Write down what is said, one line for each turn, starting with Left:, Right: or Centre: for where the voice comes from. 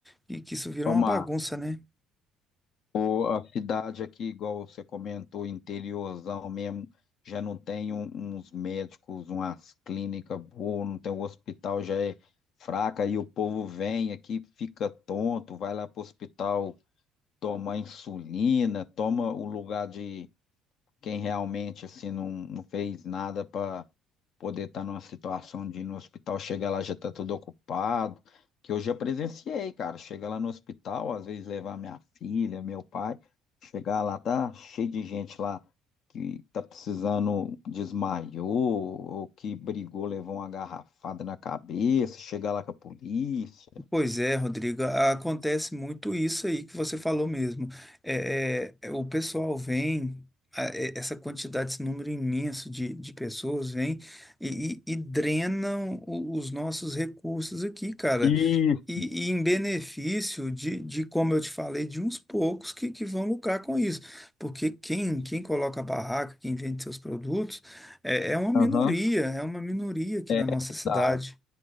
Centre: que, que isso vira
Left: ô,
Centre: uma
Left: Márcio,
Centre: bagunça, né?
Left: Ou a cidade aqui, igual você comentou, interiorzão mesmo, já não tem um- uns médicos, umas clínicas boas, não tem o hospital, já é fraca, e o povo vem aqui, fica tonto, vai lá pro hospital tomar insulina, toma o lugar de quem realmente assim não, não fez nada para poder estar numa situação de ir no hospital, chega lá já tá tudo ocupado, que eu já presenciei, cara, chega lá no hospital, às vezes levar minha filha, meu pai, chegar lá tá cheio de gente lá que tá precisando desmaiou ou que brigou, levou uma garrafada na cabeça, chegar lá com a polícia.
Centre: Pois é, Rodrigo, a- acontece muito isso aí que você falou mesmo. É, é, é, o pessoal vem, a- é, essa quantidade, esse número imenso de, de pessoas vem e, e, e drenam o- os nossos recursos aqui, cara.
Left: Isso,
Centre: E, e em benefício de, de, como eu te falei, de uns poucos que, que vão lucrar com isso. Porque quem, quem coloca a barraca, quem vende seus produtos, é, é uma minoria,
Left: Aham,
Centre: é uma minoria aqui
Left: É,
Centre: na nossa cidade.
Left: dá.